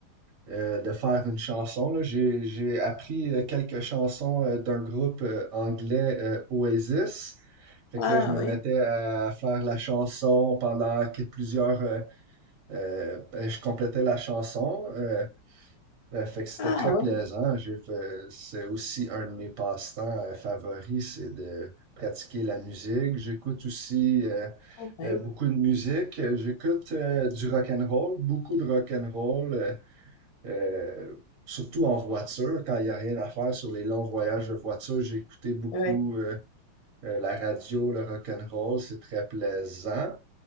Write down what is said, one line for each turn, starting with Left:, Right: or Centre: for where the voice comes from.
Right: euh, de faire une chanson. Là. J'ai, j'ai appris euh, quelques chansons euh, d'un groupe euh, anglais euh, Oasis. Fait
Left: ah
Right: que là, je me
Left: oui,
Right: mettais à faire la chanson pendant que plusieurs... euh, euh, ben, je complétais la chanson. euh, euh, fait que c'était
Left: ah
Right: très
Left: oui,
Right: plaisant. J'ai fait, c'est aussi un de mes passe-temps euh, favoris, c'est de pratiquer la musique. J'écoute aussi euh,
Left: ouais,
Right: euh, beaucoup de musique. Euh, J'écoute euh, du rock and roll, beaucoup de rock and roll, euh, euh, surtout en voiture quand il y a rien à faire sur les longs voyages de voiture. J'écoutais beaucoup
Left: ouais,
Right: euh, euh, la radio, le rock and roll, c'est très plaisant.